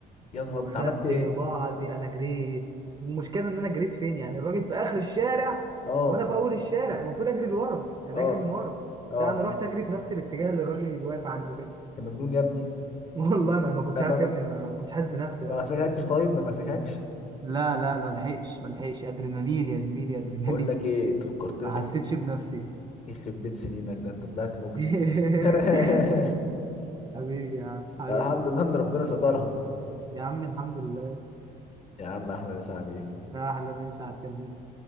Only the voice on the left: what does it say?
يا نهار
انت عملت ايه
اه
اه
اه
انت مجنون يا ابني
لا،
ما ما
ما
مسكهكش طيب ما مسكهكش
بقول لك ايه أنت فكرتني
بح
يخرب بيت سنينك ده انت طلعت مجرم
<laughs>
لا، الحمد لله ان ربنا سترها
يا عم احلى مسا عليك